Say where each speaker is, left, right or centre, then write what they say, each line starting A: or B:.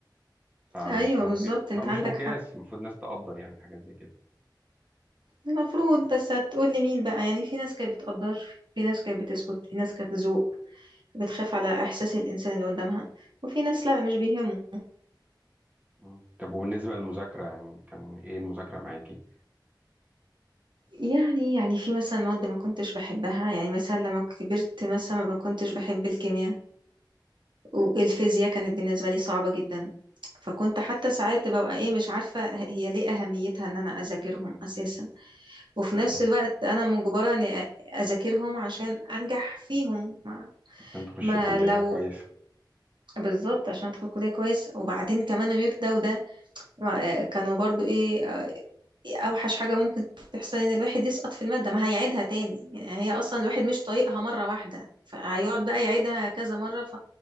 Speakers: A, on the right; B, on the right.
A: فمش
B: ايوه
A: مكي...
B: بالظبط
A: فمش
B: انت عندك
A: مقياس
B: حق
A: المفروض الناس تقدر يعني حاجات زي كده
B: المفروض بس هتقول لي مين بقى يعني في ناس كانت بتقدر في ناس كانت بتسكت في ناس كانت بتذوق بتخاف على احساس الانسان اللي قدامها وفي ناس لا مش بيهمه
A: مم. طب وبالنسبة للمذاكرة يعني كان إيه المذاكرة معاكي؟
B: يعني يعني في مثلا مواد ما كنتش بحبها يعني مثلا لما كبرت مثلا ما كنتش بحب الكيمياء والفيزياء كانت بالنسبة لي صعبة جدا فكنت حتى ساعات ببقى ايه مش عارفة هي ليه أهميتها ان انا اذاكرهم اساسا وفي
A: آه،
B: نفس الوقت انا مجبرة اني أ- اذاكرهم عشان انجح فيهم ما,
A: عشان تخشي
B: ما
A: كلية
B: لو
A: كويسة
B: بالظبط عشان ادخل كلية كويس وبعدين كمان غير ده وده ما- كانوا برضو ايه آه، اوحش حاجة ممكن تحصل ان الواحد يسقط في المادة ما هيعيدها تاني يعني هي اصلا الواحد مش طايقها مرة واحدة فهيقعد بقى يعيدها كذا مرة